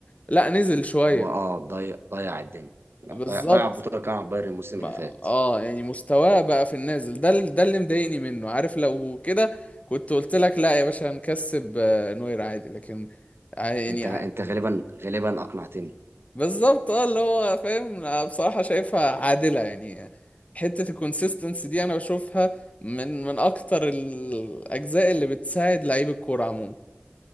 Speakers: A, on the left; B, on the right.
A: لا نزل شوية
B: هو اه ضيع ضيع الدنيا لا
A: بالظبط
B: ضيع ضيع البطوله كان على بايرن الموسم
A: ما-
B: اللي فات
A: اه يعني مستواه بقى في النازل ده ال- ده اللي مضايقني منه عارف لو كده كنت قلت لك لا يا باشا هنكسب آه، نوير عادي لكن يعني
B: انت انت غالبا غالبا اقنعتني
A: بالظبط اه اللي هو فاهم انا بصراحة شايفها عادلة يعني حتة الكونسيستنس دي انا بشوفها من من اكتر الاجزاء اللي بتساعد لعيب الكورة عموما